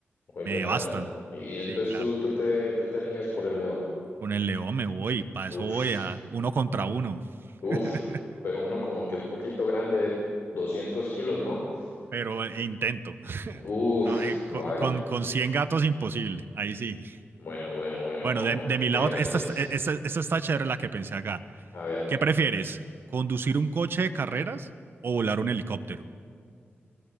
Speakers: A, on the left (about 65°); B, on the right (about 60°).
A: Vuelven
B: me devastan.
A: a... Y, y entonces
B: Sí, claro.
A: tú, tú te, tú te mides por el león.
B: Con el león me voy, para
A: Uf,
B: eso voy a uno contra uno,
A: uf,
B: <laughs>
A: pero uno como que un poquito grande, 200 kilos, ¿no?
B: pero eh, intento.
A: Uf,
B: No, eh, co-
A: vaya.
B: con, con 100 gatos imposible, ahí sí.
A: Bueno, bueno, bueno,
B: Bueno,
A: no,
B: de,
A: de,
B: de mi
A: de
B: lado,
A: grandes.
B: esta, está- esta, esta está chévere la que pensé acá.
A: A ver,
B: ¿Qué prefieres? ¿Conducir un coche de carreras o volar un helicóptero?